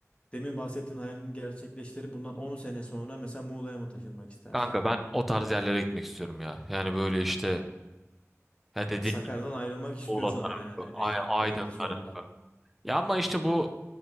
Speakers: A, on the left; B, in the centre.
A: demin bahsettiğin hayalini gerçekleştirip bundan 10 sene sonra mesela Muğla'ya mı taşınmak istersin?
B: Kanka ben o tarz yerlere gitmek istiyorum ya. Yani böyle işte yani dediğim
A: Ya Sakarya'dan
B: gibi
A: ayrılmak istiyorsun
B: Muğla
A: ama
B: tarafı,
A: yani en,
B: Ay- Aydın
A: elinde sonunda.
B: tarafı. Ya ama işte bu